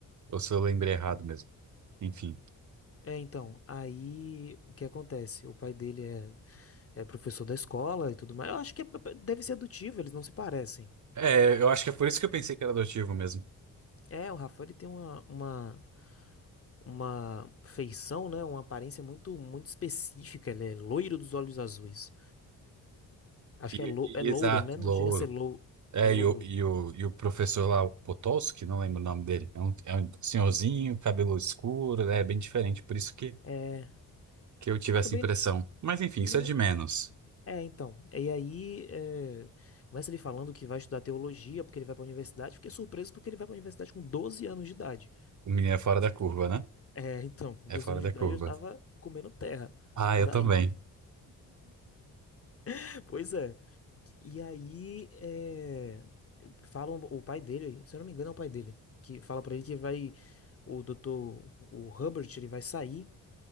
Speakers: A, on the right; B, on the left.
A: ou se eu lembrei errado mesmo. Enfim.
B: É, então, aí o que acontece? O pai dele é, é professor da escola e tudo mais. Eu acho que é- deve ser adotivo, eles não se parecem.
A: É, eu acho que é por isso que eu pensei que era adotivo mesmo.
B: É, o Rafael ele tem uma, uma uma feição, né? Uma aparência muito, muito específica. Ele é loiro dos olhos azuis. Acho
A: E-
B: que é, lou
A: e-
B: é
A: exato,
B: louro, né? Não
A: louro.
B: chega a ser lou
A: É,
B: é
A: e
B: louro.
A: o, e o, e o professor lá, o Potocki, não lembro o nome dele. É um, é um senhorzinho, cabelo escuro, é bem diferente. Por isso que,
B: É,
A: que eu tive
B: mas
A: essa
B: também
A: impressão. Mas enfim,
B: não.
A: isso é de menos.
B: É, então. E aí, é, começa ele falando que vai estudar teologia porque ele vai pra universidade. Fiquei surpreso porque ele vai pra universidade com 12 anos de idade.
A: O menino é fora da curva, né?
B: É, então, doze
A: É fora
B: anos
A: da
B: de idade
A: curva.
B: eu tava comendo terra
A: Ah,
B: por
A: eu também.
B: aí. <laughs> Pois é. E aí, é, falam, o pai dele, se eu não me engano, é o pai dele, que fala pra ele que vai, o doutor, o Hubbard, ele vai sair